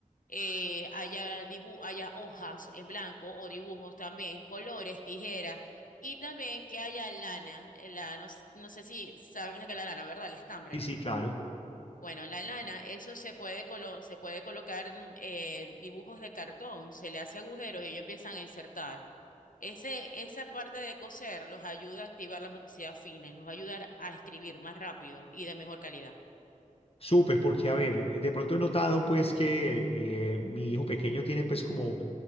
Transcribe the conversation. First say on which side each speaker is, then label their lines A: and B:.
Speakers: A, on the left (about 85°); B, on the left (about 45°).
A: eh, haya dibu- haya hojas en blanco o dibujos también, colores, tijeras. Y también que haya lana, eh, la, no, s- no sé si saben lo que es la lana, ¿verdad? El estambre.
B: Sí, sí, claro.
A: Bueno, la lana, eso se puede, colo- se puede colocar mm, eh, dibujos de cartón, se le hace agujeros y ellos empiezan a insertar. Ese, esa parte de coser los ayuda a activar la motricidad fina y los va a ayudar a escribir más rápido y de mejor calidad.
B: Súper, porque a ver, de pronto he notado pues que eh, mi hijo pequeño tiene pues como